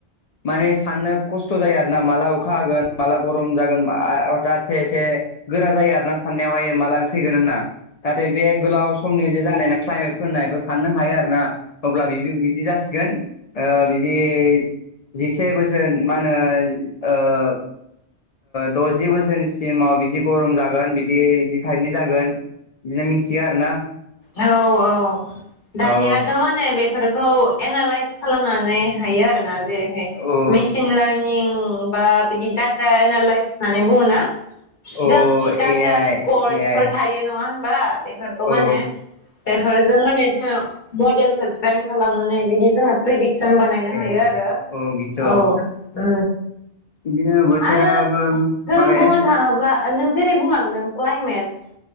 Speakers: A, on the left; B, on the left.
A: माने साननो खस्थ' जायो आरोना माला अखा होगोन माला गरम जागोन हथातसे एसे गोरा जायो आर ना साननायावहाय माला फैगोन होनना नाथाय बे गोलाव समनि जे जानाय क्लायमेटफोरनाय साननो हायो आरो ना अब्ला बेबो बिदि जासिगोन ओ बिदि जिसे बोसोर मा होनो ओ दजि बोसोरनिसिमाव बिदि गरम जागोन बिदि बिदि टाइपनि जागोन बिदिनो मिथिया आरोना।
B: औ औ दानियाथ'
A: औ
B: माने बेफोर खौ एनालइस खालामनानै हायो आरोना जेरैहाय
A: औ
B: मेसिन लार्निं बा बिदि दाता एनालाइस होननानै बुङो ना। सिगांनि
A: औ
B: डाटा
A: ए आइ
B: रेकर्ड
A: ए आइ
B: फोर थायो नङा होनबा बेफोरखौ
A: औ
B: माने बेफोरजों माने जोङो मडेलखौ प्रेंक खालामनानै बिदि जोङो प्रेदिक्त जों बानायनो
A: ए
B: हायो आरो
A: औ बिथ'
B: औ उ।
A: बिदिनो बोथोराबो
B: आरो जों
A: माबाया
B: बुंनो थाङोब्ला नों जेरै बुंलांदों क्लाायमेट